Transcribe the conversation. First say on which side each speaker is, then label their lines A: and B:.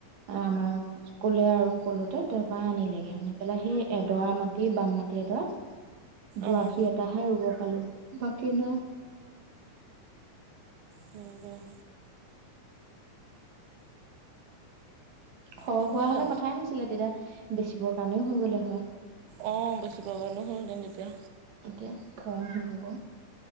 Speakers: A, on the right; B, on the right.
A: আমাৰ কলে আৰু কলোতে তাৰ পৰা আনিলেগে। আনি পেলাই সেই এডৰা মাটি বাম মাটি এডৰাত দুআশী,
B: অঁ
A: এটাহে ৰুব পালো, বাকী নাই।
B: হম।
A: সৰহ
B: তাকেহে
A: হোৱা হলে কথাই নাছিলে, তেতিয়া বেচিবৰ কাৰণেও হৈ গ'লে হয়।
B: অ', বেছিব কাৰণে হল হৈ তেতিয়া।
A: এতিয়া কম হ'ল আকৌ